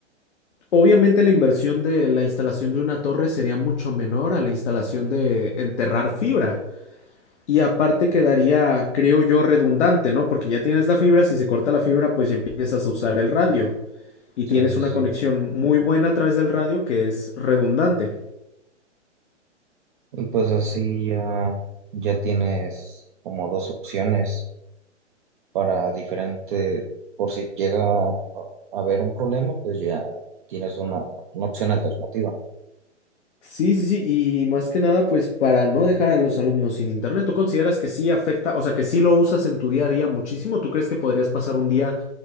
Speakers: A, on the left (about 70°); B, on the right (about 45°).
A: Obviamente la inversión de la instalación de una torre sería mucho menor a la instalación de enterrar fibra. Y aparte quedaría, creo yo, redundante, ¿no? Porque ya tienes la fibra, si se corta la fibra, pues ya empiezas a usar el radio. Y
B: Sí,
A: tienes
B: sí,
A: una
B: sí.
A: conexión muy buena a través del radio que es redundante.
B: Y pues así ya, ya tienes como dos opciones para diferente, por si llega a a haber un problema, pues ya tienes una, una opción alternativa.
A: Sí, sí, sí, y más que nada, pues para no dejar a los alumnos sin internet, ¿tú consideras que sí afecta, o sea, que sí lo usas en tu día a día muchísimo? ¿Tú crees que podrías pasar un día